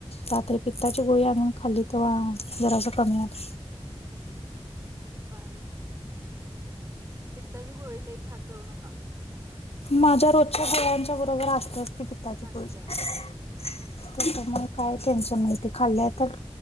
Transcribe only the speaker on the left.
रात्री पित्ताची गोळी आणून खाल्ली तेव्हा जरास कमी आलं
माझ्या रोजच्या डोळ्यांच्या बरोबर असते असती पितताची
पोळी त्या त्यामुळे काय टेन्शन नाही खाल्ल्या तर